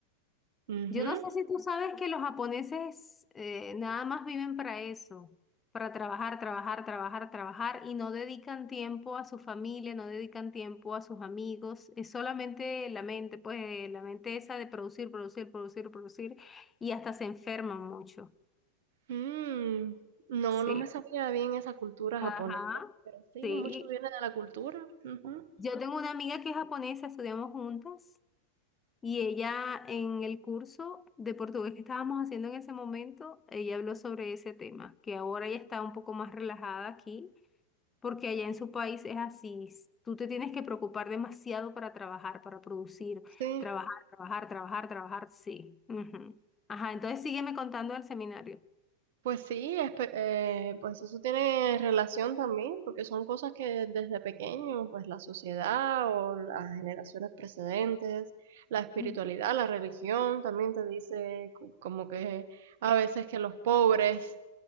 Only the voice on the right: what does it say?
Ujú.
Mm, No,
no me sabía bien esa cultura
japonesa, pero sí,
mucho viene de la cultura. Ujú.
Sí.
Pues sí, espe- eh, pues eso tiene relación también, porque son cosas que desde pequeño, pues la sociedad o las generaciones precedentes, la espiritualidad,
la religión, también te dice co- como que a veces que los pobres